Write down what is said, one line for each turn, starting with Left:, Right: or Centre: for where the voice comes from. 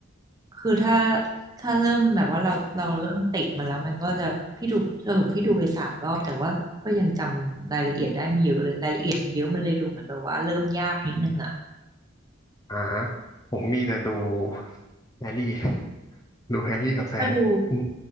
Right: คือถ้าถ้าเริ่มแบบว่าเราเราเริ่มติดมาแล้วมันก็จะพี่ดูสรุปพี่ดูไปสามรอบแต่ว่าก็ยังจำรายละเอียดได้ไม่เยอะเลยรายละเอียดมันเยอะมันเลยดูเหมือนแบบว่าเริ่มยากนิดนึงอ่ะ
Left: อ่าผมมีแต่ดูแฮร์รี่ดูแฮร์รี่กับแฟนอืม
Right: ก็ดู